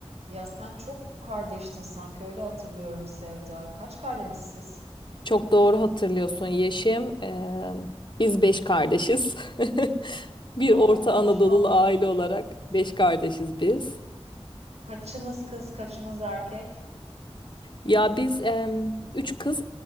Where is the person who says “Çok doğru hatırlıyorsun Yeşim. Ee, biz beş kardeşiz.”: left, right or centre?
Left